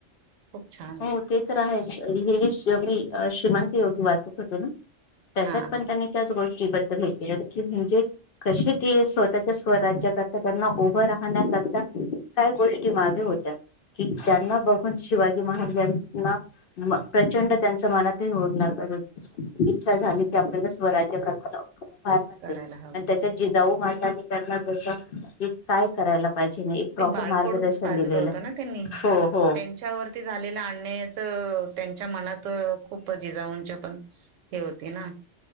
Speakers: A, on the right (about 80°); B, on the left (about 60°).
A: खूप छान आहे
B: हो ते तर आहेच हेगी श्री योगी श्रीमंत योगी वाचत होतो ना त्याच्यात
A: हा
B: पण त्यांनी त्याच गोष्टी ब हे म्हणजे कशे ते स्वतःच्या स्वराज्या करता त्यांना उभं राहण्याकरता काय गोष्टी मागे होत्या की ज्यांना बघून शिवाजी महाराजांना म प्रचंड त्यांच्या मनात होऊ लाग इच्छा झाली आपल्याला स्वराज्य करता फारमच
A: करायला
B: आहे
A: हवं
B: आणि त्याच्या जिजाऊ मातानी त्यांना जस की काय करायला पाहिजे नाही एक प्रॉपर
A: ते बाळकोडच
B: मार्गदर्शन
A: पाजलं
B: दिलेलं
A: होत ना त्यांनी
B: हो हो
A: त्यांच्यावरती झाले आणण्याच त्यांच्या मनात खूप जिजाऊंच्या पण हे होती ना